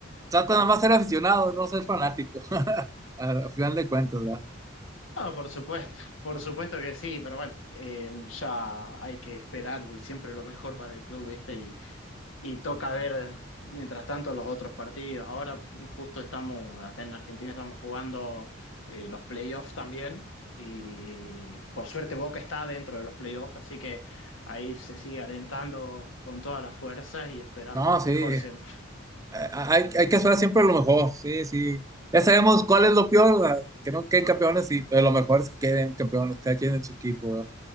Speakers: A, on the right; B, on the left.
A: trata nada más ser aficionado, no ser fanático. <laughs> Al al final de cuentas, ¿va?
B: No, por supuesto, por supuesto que sí, pero bueno, eh, ya hay que esperar siempre lo mejor para el club, ¿viste? Y, y toca ver mientras tanto los otros partidos. Ahora justo estamos, acá en Argentina estamos jugando eh, los playoffs también y por suerte Boca está dentro de los playoffs, así que ahí se sigue alentando con todas las fuerzas y esperando
A: No,
B: lo
A: sí.
B: mejor
A: Eh,
B: siempre.
A: hay, hay que esperar siempre lo mejor, sí, sí. Ya sabemos cuál es lo peor, ¿verdad? que no queden campeones, sí, pero lo mejor es que queden campeones, cada quien en su equipo, ¿verdad?